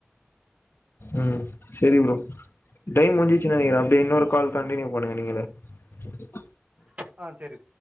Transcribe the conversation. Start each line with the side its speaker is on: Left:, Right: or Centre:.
Left: ம் சரி ப்ரோ டைம் முஞ்சிச்சு நெனக்கிறே அப்படியே இன்னொரு
Right: ஆ
Left: கால்
Right: ஓகே
Left: கண்டினியூ பண்ணுங்க நீங்க
Right: ம்ச் ஆ செரி